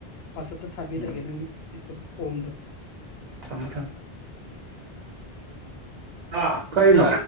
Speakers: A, on the left; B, on the right.
A: ꯋꯥꯆꯞꯇ ꯊꯥꯕꯤꯔꯛꯑꯒꯦ
B: ꯎꯝ
A: ꯅꯪꯒꯤ ꯐꯣꯝꯗꯣ
B: ꯊꯦꯝꯃꯦ ꯊꯦꯝꯃꯦ ꯀꯩꯅꯣ